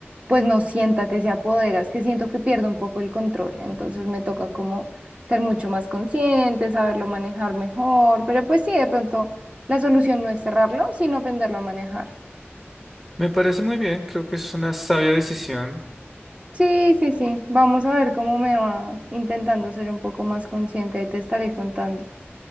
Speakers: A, on the right; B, in the centre.
A: pues no sienta que se apodera, es que siento que pierdo un poco el control, entonces me toca como ser mucho más consciente, saberlo manejar mejor, pero pues sí, de pronto la solución no es cerrarlo, sino aprenderlo a manejar.
B: Me parece muy bien, creo que es una sabia decisión.
A: Sí, sí, sí. Vamos a ver cómo me va intentando ser un poco más consciente. y te estaré contando.